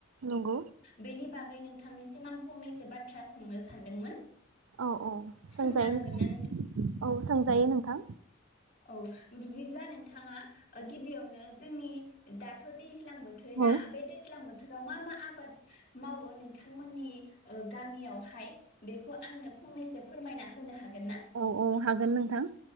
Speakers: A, on the right; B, on the left.
A: नंगौ
B: बेनि बागै आगै नोंथांनिसिम आं फंनैसो बाथ्रा सोंनो सानदोंमोन
A: औ औ
B: सोंनो
A: सोंजायो
B: हागोन
A: नोंथां
B: ना
A: औ सोंजायो नोंथां
B: औ बिदिब्ला नोंथां आ गिबियावनो जोंनि दाथ' दै दैलां बोथोरना
A: औ
B: बे दैज्लां बो बोथोराव मा मा आबाद मावो नोंथांमोननि गामियावहाय बेखौ आंनो फंनैसो फोरमायना होनो हागोन ना
A: औ औ हागोन नोंथां